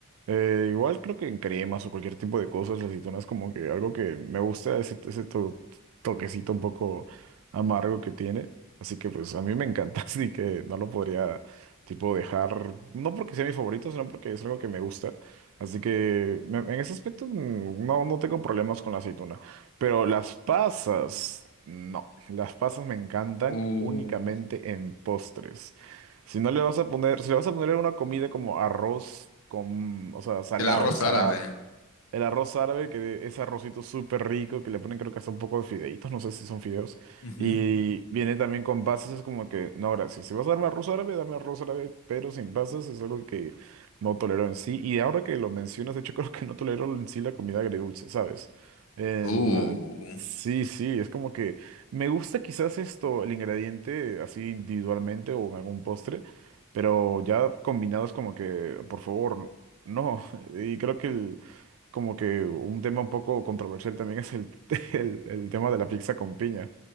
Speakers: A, on the right; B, on the left.
A: Eh, igual creo que en cremas o cualquier tipo de cosas, la aceituna es como que algo que me gusta, ese, ese to- toquecito un poco amargo que tiene. Así que pues a mí me encanta, <laughs> así que no lo podría tipo dejar, no porque sea mi favorito, sino porque es algo que me gusta. Así que me- en ese aspecto mm, no, no tengo problemas con la aceituna. Pero las pasas, no, las pasas me encantan
B: uh,
A: únicamente en postres. Si no le vas a poner, si le vas a poner una comida como arroz con, o sea, salado,
B: el arroz
A: salado,
B: árabe.
A: el arroz árabe, que es arrocito súper rico, que le ponen creo que hasta un poco de fideitos, no sé si son fideos.
B: Ujú.
A: Y viene también con pasas, es como que, no, gracias. Si vas a darme arroz árabe, dame arroz árabe, pero sin pasas es algo que no tolero en sí. Y ahora que lo mencionas, de hecho <laughs> creo que no tolero en sí la comida agridulce, ¿sabes? En,
B: Uh,
A: eh, sí, sí, es como que me gusta quizás esto, el ingrediente así individualmente o en algún postre, pero ya combinado es como que, por favor, no. <laughs> Y creo que el como que un tema un poco controversial también es el, <laughs> el, el tema de la pizza con piña.